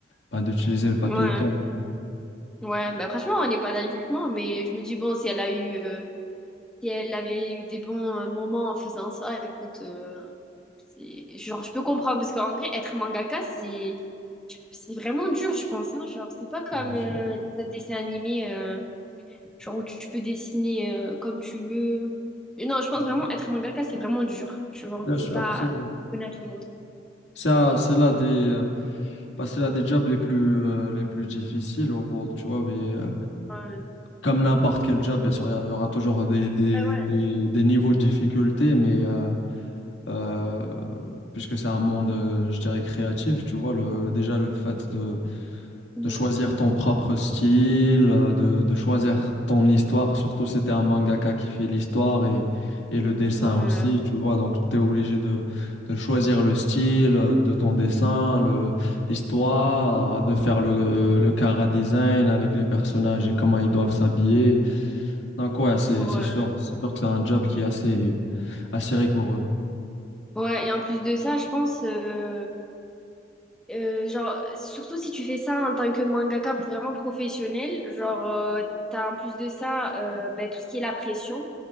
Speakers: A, on the left; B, in the centre.
A: bah, d'utiliser le papier
B: ouais.
A: calque.
B: Ouais, bah franchement, on n'est pas dans le jugement, mais je me dis, bon, si elle a eu, euh, si elle avait eu des bons euh, moments en faisant ça, écoute, euh, c'est, genre, je peux comprendre, parce qu'en vrai, être mangaka, c'est, c'est vraiment dur, je pense, hein, genre, c'est pas comme
A: Bien sûr,
B: euh, les autres dessins animés, euh, genre, où tu peux dessiner euh, comme tu veux. Et non, je pense
A: bien
B: vraiment,
A: sûr.
B: être mangaka, c'est vraiment dur, tu vois,
A: Bien
B: c'est
A: sûr,
B: pas
A: c'est
B: donné à tout le monde.
A: ça, c'est là des. euh, Bah, c'est l'un des jobs les plus, euh, les plus difficiles au monde, tu vois, mais euh,
B: Ouais.
A: comme n'importe quel job, bien sûr, il y, a- il y aura toujours des, des,
B: Ouais, ouais.
A: des, des niveaux de difficulté, mais euh, euh, puisque c'est un monde, euh, je dirais, créatif, tu vois, le, déjà le fait de,
B: Mhm.
A: de choisir ton propre style, euh, de, de choisir ton histoire, surtout si t'es un mangaka qui fait l'histoire et, et le dessin
B: Ouais.
A: aussi, tu vois, donc t'es obligé de, de choisir le style euh, de ton dessin, le, l'histoire, euh, de faire le, le chara design avec les personnages et comment ils doivent s'habiller. Donc ouais, c'est,
B: Ouais.
A: c'est sûr, c'est sûr que c'est un job qui est assez, assez rigoureux.
B: Ouais, et en plus de ça, je pense. euh, Euh, genre, surtout si tu fais ça en tant que mangaka vraiment professionnel, genre, euh, t'as en plus de ça euh, ben, tout ce qui est la pression.